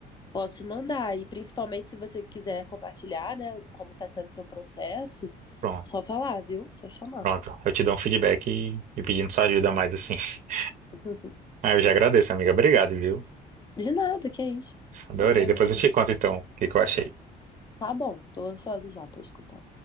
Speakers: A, on the left (about 25°); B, on the right (about 45°).
A: Posso mandar, e principalmente se você quiser compartilhar, né, como tá sendo o seu processo,
B: Pronto.
A: só falar, viu? Só chamar.
B: Pronto. Eu te dou um feedback e, e pedindo sua ajuda mais assim. <laughs>
A: <laughs>
B: Ah, eu já agradeço, amiga. Obrigado, viu?
A: De nada, que é isso.
B: Adorei.
A: É pra
B: Depois
A: isso.
B: eu te
A: mesmo.
B: conto então o que que eu achei.
A: Tá bom, tô ansiosa já pra escutar.